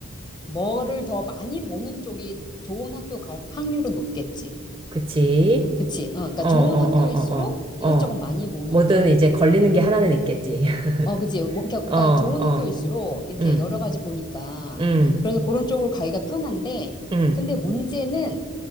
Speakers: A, on the left; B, on the right.
A: 뭐를 더 많이 보는 쪽이 좋은 학교 갈 확률은 높겠지.
B: 그치?
A: 그치? 어, 그러니까
B: 어,
A: 좋은
B: 어,
A: 학교일수록
B: 어, 어,
A: 이것저것
B: 어, 어.
A: 많이 보니까.
B: 뭐든 이제 걸리는 게 하나는 있겠지.
A: 어, 그치. 뭐, 그러니까
B: <laughs> 어,
A: 그러니까
B: 어,
A: 좋은 학교일수록 이렇게
B: 음,
A: 여러 가지 보니까.
B: 음,
A: 그래서 그런 쪽으로 가기가 편한데,
B: 음.
A: 근데 문제는